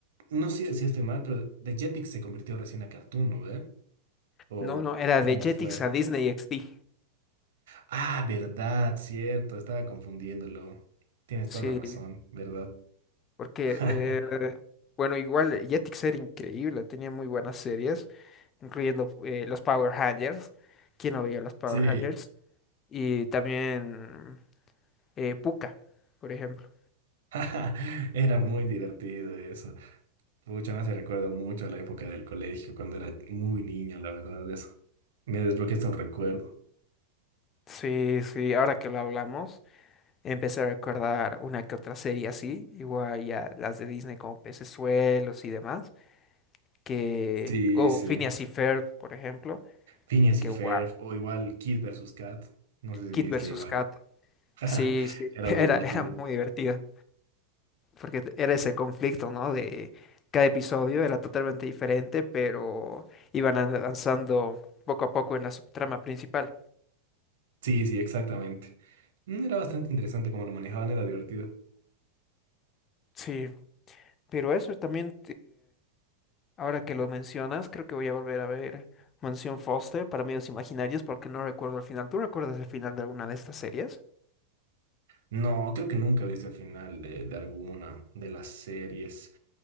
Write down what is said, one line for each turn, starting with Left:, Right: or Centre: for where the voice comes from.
Right: no sé si estoy mal, pero de Jetix se convirtió recién a Cartoon, ¿no ve? ¿O
Left: No, no, era
Right: cómo
Left: de Jetix
Right: fue?
Left: a Disney XD.
Right: Ah, verdad, cierto, estaba confundiéndolo. Tienes
Left: Sí,
Right: toda la razón, ¿verdad?
Left: porque,
Right: <laughs>
Left: eh, bueno, igual eh, Jetix era increíble, tenía muy buenas series, incluyendo eh, los Power Rangers. ¿Quién no veía los Power
Right: Sí,
Left: Rangers? Y también eh, Pucca, por ejemplo.
Right: <laughs> era muy divertido eso. Mucho más se recuerdo mucho a la época del colegio, cuando era muy niño, la verdad, eso. Me desbloqueaste un recuerdo.
Left: Sí, sí, ahora que lo hablamos, empecé a recordar una que otra serie así, igual ya las de Disney como Pecesuelos y demás, que,
Right: Sí,
Left: o
Right: sí.
Left: Phineas y Ferb, por ejemplo,
Right: Phineas
Left: que
Right: y Ferb,
Left: wow,
Right: o igual Kid versus Kat. No sé si
Left: Kid
Right: viste
Left: versus
Right: igual.
Left: Kat,
Right: <laughs>
Left: sí, sí,
Right: Era
Left: <laughs>
Right: muy
Left: era,
Right: divertido.
Left: era muy divertida, porque era ese conflicto, ¿no? De cada episodio era totalmente diferente, pero iban avanzando poco a poco en la subtrama principal.
Right: Sí, sí, exactamente. Mm, Era bastante interesante cómo lo manejaban, era divertido.
Left: Sí, pero eso también Ahora que lo mencionas, creo que voy a volver a ver Mansión Foster para medios imaginarios porque no recuerdo el final. ¿Tú recuerdas el final de alguna de estas series?
Right: No, creo que nunca he visto el final de, de alguna de las series.